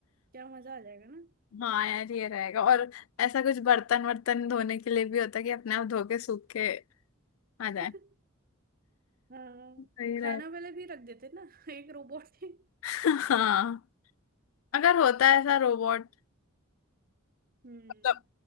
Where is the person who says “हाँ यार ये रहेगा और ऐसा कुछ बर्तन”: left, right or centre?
Left